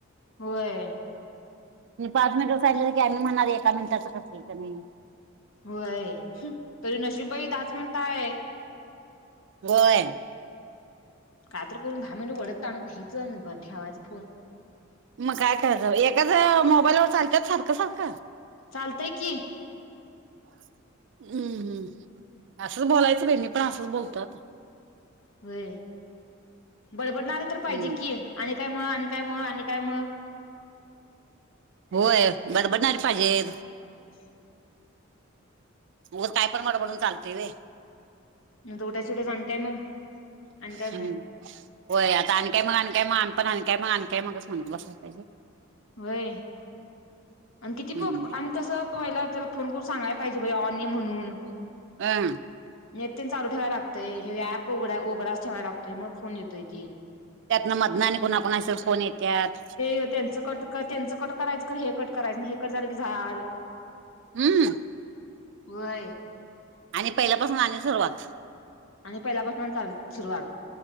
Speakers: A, on the left; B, on the right.
A: व्हय.
B: म पाच मिनिट सांगितलं की, आम्ही म्हणाणार, एका मिनीटाच करतोय क नाय.
A: होय. तरी नशीबबाई दहाच मिनट आहे.
B: होय.
A: काय तर करून दहा मिनट, वडत, ताणत न्यायचं बर ठेवायच फोन.
B: मग काय करायचं, एकाच मोबाईलवर चालत्यांत सारखं -सारखं.
A: चालतय की.
B: हम्म, हम्म असंच बोलायचं बाई, मी पण असंच बोलतो आता.
A: होय, बडबडणारी तर
B: हम्म
A: पाहिजे की, आणि काय मग, आणि काय मग, आणि काय मग.
B: होय बडबडणारी पाहिजे.
A: <inaudible>
B: उगच कायपण बडबडून चालतय होय.
A: उठायचं सुटायचं, आणी काय मग, आणी काय
B: हम्म
A: मग.
B: होय, आता आणी काय मग? आणी काय मग? आम्ही पण आणी काय मग? आण काय मगच म्हणत बसाय पाहिजे.
A: होय, आणि किती
B: हम्म
A: प आणि कसं. पहिला त्याला फोन करून सांगाय पाहिजे, ऑन ये म्हणून.
B: हं.
A: नेट चालू ठेवाय लागतोय, हे ऍप उघडा ठेवाय लागतोय, मग फोन येतोय की.
B: त्यातन मधन आणि कुणाकुणाचे फोन येतात.
A: ते त्यांचं कट, त्यांचं कट करायचं क हे कट करायचं, हे कट झालं की झाल.
B: हम्म!
A: होय.
B: आणि पहिल्यापासून आणि सुरुवात.
A: आणि पहिल्यापासूनन झाली सुरुवात.